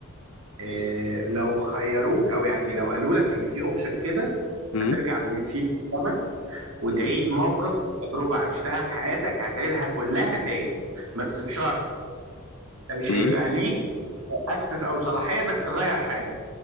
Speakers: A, on the right; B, on the left.
A: إيه لو خيروك او يعني لو قالوا لك ان في اوبشن كده
B: امم
A: هترجع بي- فيه بالزمن وتعيد
B: امم
A: موقف تجربة عشتها في حياتك هتعيدها كلها تاني بس بشرط انت مش
B: امم
A: هيبقى ليك اكسس او صلاحية انك تغير حاجة